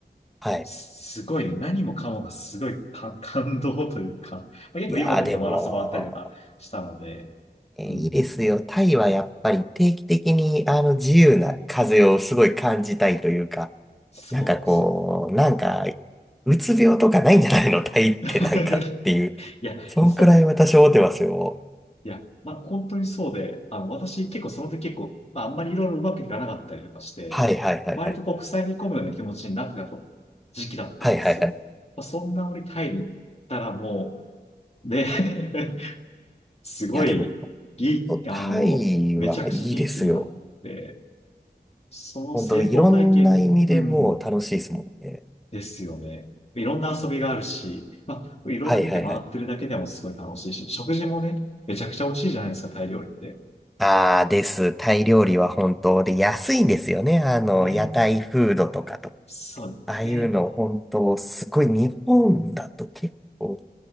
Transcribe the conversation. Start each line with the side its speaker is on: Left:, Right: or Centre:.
Centre: はい。
Left: すごいね、何もかもがすごい感、感動というか、まあ、結構いいホテル泊まらせてもらったりとかしたので、
Centre: いやーでも、えーいいですよ。
Left: うん、
Centre: タイはやっぱり定期的にあの自由な風をすごい感じたいというか、
Left: そうですよね。
Centre: なんかこう、なんか、うつ病とかないんじゃないの <laughs> タイってなんかっていう。
Left: <laughs> いや、
Centre: そんくらい私思ってますよ。
Left: そう。いや、まあ、本当にそうで、あの、私結構その時結構、まあ、あんまりいろいろうまくいかなかったりとかして、
Centre: はいはいはいはい。
Left: 割とこう、塞ぎ込むような気持ちになってたと時期だったんですよ。
Centre: はいはいはい。
Left: まあ、そんな折タイに行ったらもう、で、<laughs> すごい、
Centre: いやでも、ほ
Left: ぎ、
Centre: んとタイはいいですよ。
Left: あの、めちゃくちゃ元気になって、その成功体験、
Centre: 本当いろんな意味でもう楽しいですもんね。
Left: うん、ですよね。いろんな遊びがあるし、まあ、いろいろ見て回ってるだけでもすごい楽しいし、
Centre: はいはいはい。
Left: 食事もね、めちゃくちゃ美味しいじゃないですか、タイ料理って。
Centre: ああです。タイ料理は本当で安いんですよね。あの、
Left: ね
Centre: 屋台フードとかと。
Left: そうですね。
Centre: ああいうの本当すごい日本だと結構